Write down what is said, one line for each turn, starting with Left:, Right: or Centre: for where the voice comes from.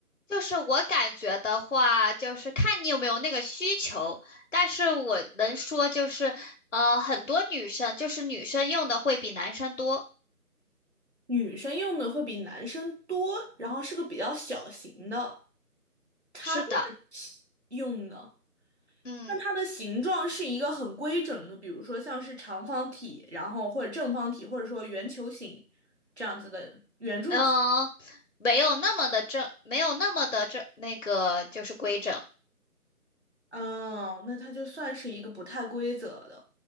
Left: 就是我感觉的话，就是看你有没有那个需求，但是我能说就是，呃，很多女生就是女生用的会比男生多。
Right: 女生用的会比男生多，然后是个比较小型的插电
Left: 是的，
Right: 用的。
Left: 嗯。
Right: 那它的形状是一个很规整的，比如说像是长方体，然后或者正方体，或者说圆球形这样子的圆柱体。
Left: 嗯、没有那么的正，没有那么的正，那个就是规整
Right: 嗯，那它就算是一个不太规则的，